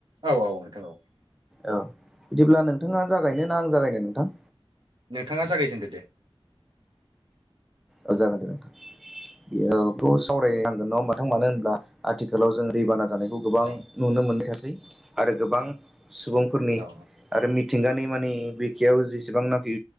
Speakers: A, on the right; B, in the centre.
A: औ औ नोंथां औ
B: औ बिदिब्ला नोंथाङा जागायनो ना आं जागायनो नोंथां
A: नोंथाङा जागायजेनदो दे
B: औ जागोन दे नोंथां बे सावरायनांगोन नङा ओमबा नोंथां मानो होनब्ला आथिखालाव जों दैबाना जानायखौ गोबां
A: औ
B: नुनो मोनबाय थासै आरो गोबां सुबुंफोरनि
A: औ
B: आरो मिथिंगानि माने बिखायाव जेसेबांनाखि